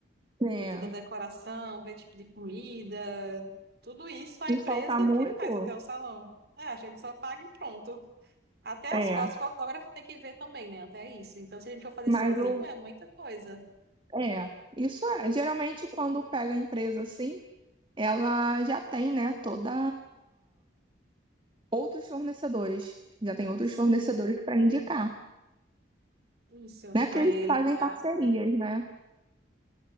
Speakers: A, on the right (about 25°); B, on the right (about 55°).
A: É.
B: e toda a decoração, ver tipo de comida, tudo isso a empresa
A: E faltar muito?
B: que faz até o salão. É, a gente só paga e pronto. Até as
A: É.
B: fotos, fotógrafo tem que ver também, né? Até isso. Então, se a gente for fazer
A: Mas
B: sozinho,
A: o.
B: é muita coisa.
A: É. Isso é. Geralmente, quando pega a empresa assim, ela já tem, né, toda. Outros fornecedores. Já tem outros
B: Sim.
A: fornecedores para indicar.
B: Isso.
A: Não é
B: Aí
A: que eles
B: ele
A: fazem
B: já.
A: parcerias, né?